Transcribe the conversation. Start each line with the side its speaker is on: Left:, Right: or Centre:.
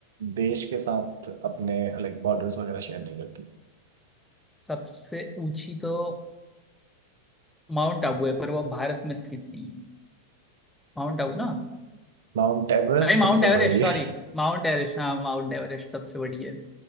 Right: देश के साथ अपने लाइक बॉर्डर्स वगैरह शेयर नहीं करती
Centre: सबसे ऊंची तो माउंट आबू है पर वो भारत में स्थित नहीं है माउंट आबू ना
Right: माउंट एवरेस्ट
Centre: नहीं mount
Right: सबसे
Centre: Everest
Right: बड़ी है
Centre: sorry mount Everest हाँ माउंट एवरेस्ट सबसे बड़ी है